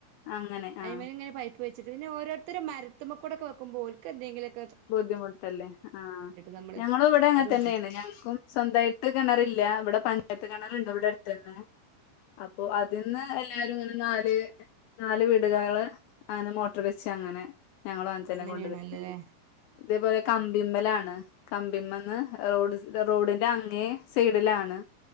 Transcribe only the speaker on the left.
അങ്ങനെ ആ
ബുദ്ധിമുട്ടല്ലേ ആഹ്
ഞങ്ങളും ഇവിടെ അങ്ങെനെ
തന്നെയാണ്
ഞങ്ങൾക്കും സ്വന്തമായിട്ട് കിണറില്ല ഇവിടെ പഞ്ച് യത്ത് കിണറ്ണ്ട് ഇവടടുത്തന്നെ അപ്പൊ അതിന്ന് എല്ലാരും ഇങ്ങനെ നാല് നാല് വീടുകള് അങ്ങനെ മോട്ടർ വെച്ച് അങ്ങനെ ഞങ്ങളും അൻജനെ
കൊണ്ട് വെപ്പ് ഇതേപോലെ കമ്പിമ്മലാണ് കമ്പിമ്മേന്ന് റോഡ് സ് റോഡിന്റെ അങ്ങേ സൈഡിലാണ്